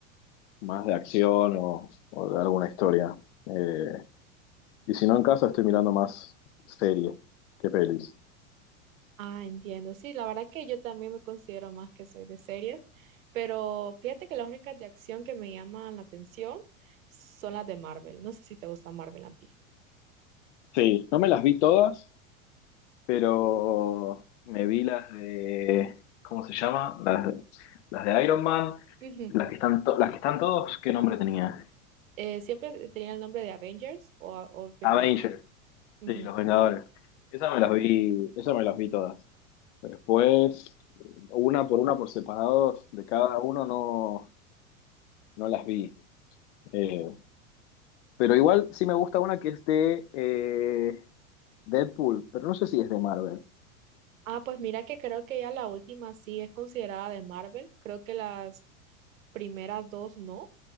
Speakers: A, on the left (about 55°); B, on the right (about 70°).
A: más de acción o, o de alguna historia. Eh, y si no en casa estoy mirando más series que pelis.
B: ah, entiendo. Sí, la verdad que yo también me considero más que soy de series, pero fíjate que las únicas de acción que me llaman la atención son las de Marvel. No sé si te gusta Marvel a ti.
A: Sí, no me las vi todas, pero me vi las de, ¿cómo se llama? Las de, las de Iron Man,
B: Ujú.
A: las que están, to- las que están todos, ¿qué nombre tenía?
B: Eh, siempre tenía el nombre de Avengers o, o Vengadores.
A: Avengers,
B: Ujú.
A: sí, Los Vengadores. Esas me las vi, esas me las vi todas. Después, una por una por separados de cada uno no, no las vi. Eh, pero igual sí me gusta una que es de eh, Deadpool, pero no sé si es de Marvel.
B: Ah, pues mira que creo que ya la última sí es considerada de Marvel. Creo que las primeras dos no.